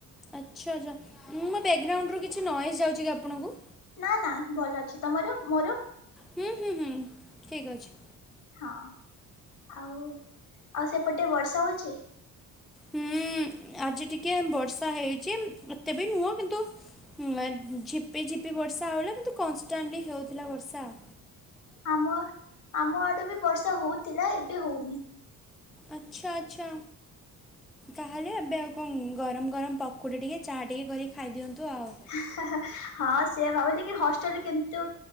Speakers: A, in the centre; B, on the left.
A: ଆଛା ଆଛା ଉଁ ମୋ ବ୍ୟାକଗ୍ରାଉଣ୍ଡରୁ କିଛି ନଏଜ୍ ଯାଉଚି କି ଆପଣଙ୍କୁ?
B: ନା ନା ଭଲ ଅଛି ତମର ମୋର?
A: ହୁଁ ହୁଁ ହୁଁ ଠିକ୍ ଅଛି।
B: ହଁ ଆଉ ଆଉ ସେପଟେ ବର୍ଷା ହୋଉଚି?
A: ହୁଁ
B: ଛା ହଁ।
A: ଆଜି ଟିକିଏ ବର୍ଷା ହେଇଚି ଉମ୍ ଏତେବି ନୁହଁ କିନ୍ତୁ ହୁଁ ଆଏ ଝିପି ଝିପି ବର୍ଷା ହୋଉଲା କିନ୍ତୁ କନ୍‌ଷ୍ଟାଣ୍ଟଲି ହୋଉଥୁଲା ବର୍ଷା ଆଉ।
B: ଆମ ଆମ ଆଡେ ବି ବର୍ଷା ହୋଉଥିଲା ଏବେ ହୋଉନି।
A: ଆଚ୍ଛା ଆଚ୍ଛା। କାହେଲେ ଏବେ ଆଉ କଣ ଗରମ ଗରମ ପକୁଡି ଟିକେ ଚାହା ଟିକେ କରିକି ଖାଇଦିଅନ୍ତୁ। ଆଉ।
B: <inaudible> ହା ହା ହଁ ସେଇଆ ଭାବିଲି କି ହଷ୍ଟେଲ କିନ୍ତୁ